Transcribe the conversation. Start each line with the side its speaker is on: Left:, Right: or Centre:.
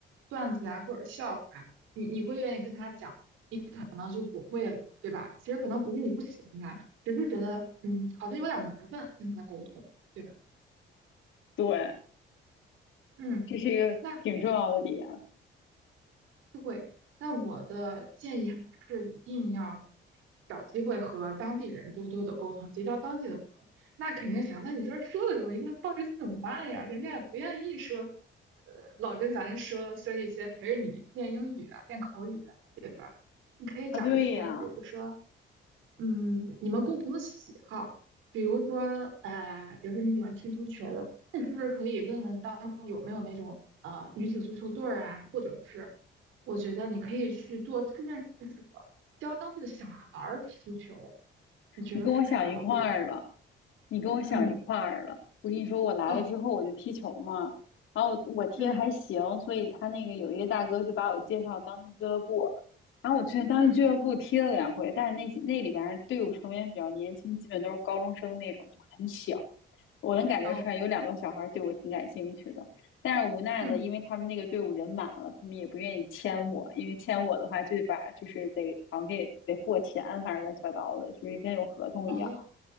Right: 段子啊或者笑话，你你会愿意跟他讲，你可能就不会了，对吧？其实可能不是你不喜欢他，只是觉得嗯，好像有点麻烦跟他沟通，对吧？
Left: 对，
Right: 嗯，
Left: 这是一个挺重要的点
Right: 那对，那我的建议还是一定要找机会和当地人多多的沟通，结交当地的朋友。那肯定想，那你说说的容易，那到底怎么办呀？人家也不愿意说，呃，老跟咱说说一些陪着你练英语啊、练口语啊。你可以找一些，
Left: 啊。对呀，
Right: 比如说嗯，你们共同的喜好，比如说，呃，比如说你喜欢踢足球，那你是不是可以问问当地有没有那种呃女子足球队儿啊，或者是，我觉得你可以去做志愿者，教当地的小孩儿踢足球，你觉得是不是个好点子？
Left: 你跟我想一块儿了，你跟我想一块儿了。
Right: 嗯，
Left: 我跟你说，我来了之后我就踢球嘛，
Right: 哦，
Left: 然后我我踢的还行，
Right: 嗯
Left: 所以他那个有一个大哥就把我介绍当地俱乐部，然后我去当地俱乐部踢了两回，
Right: 嗯，
Left: 但是那那里边儿队伍成员比较年轻，基本都是高中生那种，就很小，我能感觉出来有两个小孩儿对我挺感兴趣的。
Right: 哦，
Left: 但是无奈呢，
Right: 嗯，
Left: 因为他们那个队伍人满了，他们也不愿意签我，因为签我的话就得把就是得好像给得付我钱，反正乱七八糟的，就是跟有合同一样。
Right: 哦，